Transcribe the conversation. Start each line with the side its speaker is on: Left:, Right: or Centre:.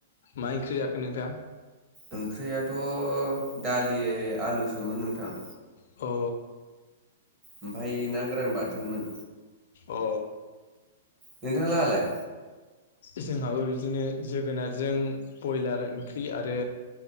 Left: मा ओंख्रि जाखो नोंथां
Right: ओंख्रियाथ' दालि आलुसोमोन नोंथां
Left: औ
Right: ओमफाय ना गोरान बाथोनमोन
Left: अ
Right: नोंथां लाहालाय
Left: जोंहाबो बिदिनो जोगोनारजों बयलार ओंख्रि आरो